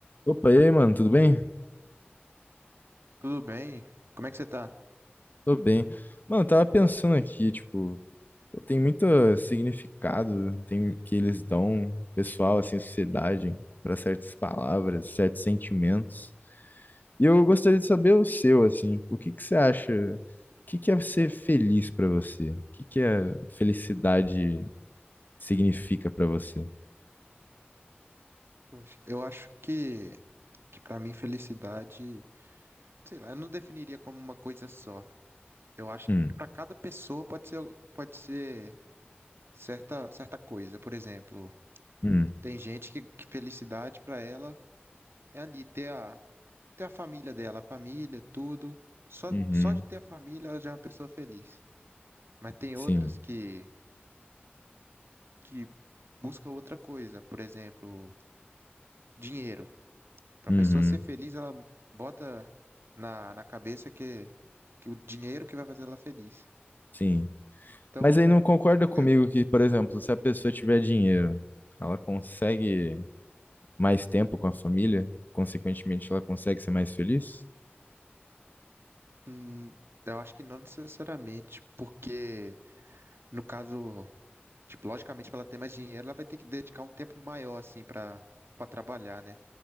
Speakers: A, on the left; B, on the right.
A: Opa, e aí, mano, tudo bem?
B: Tudo bem? Como é que você tá?
A: Tô bem. Mano, eu tava pensando aqui, tipo, pô, tem muito significado, tem que eles dão, pessoal, assim, sociedade, pra certas palavras, certos sentimentos. E eu gostaria de saber o seu, assim, o que que você acha, o que que é ser feliz pra você? O que que a felicidade significa pra você?
B: Poxa, eu acho que, que para mim felicidade, sei lá, eu não definiria como uma coisa só. Eu acho
A: Hum,
B: que para cada pessoa pode ser, pode ser certa, certa coisa. Por exemplo,
A: hum,
B: tem gente que, que felicidade para ela é ali ter a, ter a família dela, a família, tudo. Só,
A: uhum,
B: só de ter a família ela já é uma pessoa feliz. Mas tem
A: sim,
B: outras que, que busca outra coisa. Por exemplo, dinheiro. Para
A: uhum,
B: a pessoa ser feliz, ela bota na, na cabeça que, que o dinheiro que vai fazer ela feliz.
A: sim.
B: Então,
A: Mas aí não concorda comigo
B: eu,
A: que, por exemplo, se a pessoa tiver dinheiro, ela consegue mais tempo com a família, consequentemente ela consegue ser mais feliz?
B: hum, eu acho que não necessariamente, porque no caso, tipo, logicamente, para ela ter mais dinheiro, ela vai ter que dedicar um tempo maior, assim, para para trabalhar, né?